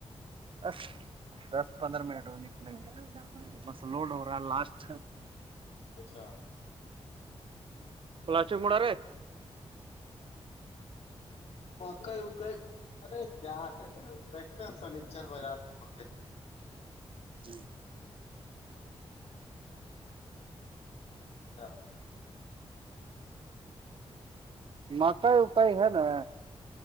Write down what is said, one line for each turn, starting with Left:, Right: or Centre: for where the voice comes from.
Right: بس دس پندرہ منٹ میں نکلیں گے بس لوڈ ہو رہا ہے لاسٹ
Left: اچھا
Right: پلاسٹک رہے
Left: مکئی اکئی ارے کیا کہ دیکھتے ہیں سنیچر بازار کو مکئی
Right: جی
Left: چھآ
Right: مکائی اکائی ہے نا